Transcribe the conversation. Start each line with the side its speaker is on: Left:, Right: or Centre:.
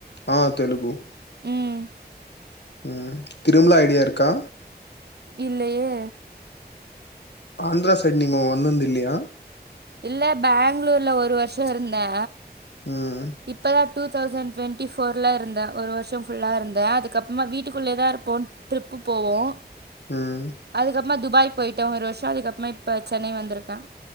Left: ஆ தெலுகு
Right: ம்
Left: ம் திரும்ளா ஐடியா இருக்கா
Right: இல்லையே
Left: ஆந்திரா சைடு நீங்க வந்திந்துந்து இல்லையா
Right: இல்ல பெங்ளூர்ல ஒரு வர்ஷோ இருந்தே
Left: ம்
Right: இப்போ தான் டூ தௌசண்ட் டுவெண்ட்டி ஃபோரல் இருந்தேன் ஒரு வருஷம் ஃபுல்லா இருந்தேன் அதுக்கப்புறமா வீட்டுக்குள்ளே தான் இருப்போ ட்ரிப்பு போவோம்
Left: ம்
Right: அதுக்கப்புறமா துபாய் போயிட்டேன் ஒரு வருஷம் அதுக்கப்புறமா இப்ப சென்னை வந்திருக்கேன்